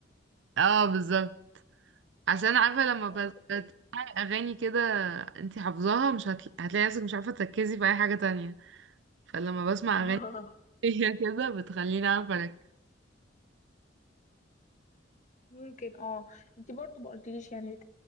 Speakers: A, on the right; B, on the left.
A: اه بالظبط عشان عارفة لما
B: اه
A: بس-
B: <laughs>
A: بتسمعي أغاني كده انتي حافظاها مش هتل... هتلاقي نفسك مش عارفة تركزي في أي حاجة تانية فلما بسمع
B: آه،
A: أغاني <laughs> هي كده بتخليني أعرف أركز
B: ممكن اه انت برضو ما قلتليش يعني